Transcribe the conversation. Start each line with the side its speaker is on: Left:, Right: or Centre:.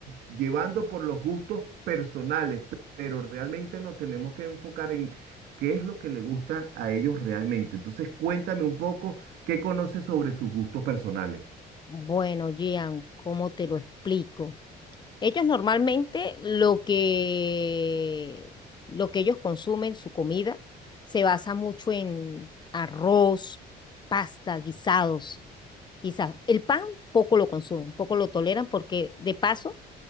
Right: llevando por los gustos personales, pero realmente nos tenemos que enfocar en qué es lo que le gusta a ellos realmente. Entonces, cuéntame un poco qué conoces sobre sus gustos personales.
Left: Bueno, Gian, ¿cómo te lo explico? Ellos normalmente lo que, lo que ellos consumen, su comida, se basa mucho en arroz, pasta, guisados, quizás. El pan poco lo consumen, poco lo toleran porque de paso